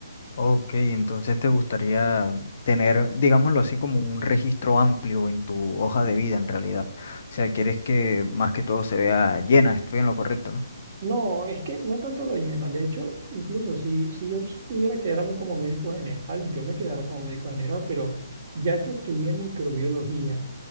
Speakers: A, on the left (about 45°); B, on the right (about 40°).
A: Ok, entonces te gustaría tener, digámoslo así, como un registro amplio en tu hoja de vida en realidad. O sea, quieres que más que todo se vea llena, estoy en lo correcto, ¿no?
B: No, es que no tanto lo llena. De hecho, incluso si, si yo pudiera quedarme como médico general, yo me quedara como médico general, pero ya que estudié microbiología,